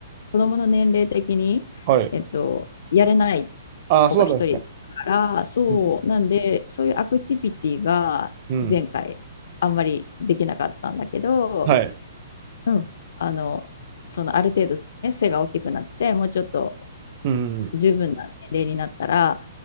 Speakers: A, on the left (about 65°); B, on the right (about 40°).
A: 子供の年齢的に、
B: はい。
A: えっと、やれない
B: ああ、
A: 子が一人から、
B: そうだったんですね。
A: そう、
B: うん。
A: なんで、そういうアクティビティが前回あんまりできなかったんだけど、
B: うん。はい。
A: うん、あの、そのある程度、ね、背が大きくなって、もうちょっと
B: うん。
A: 十分な年齢になったら、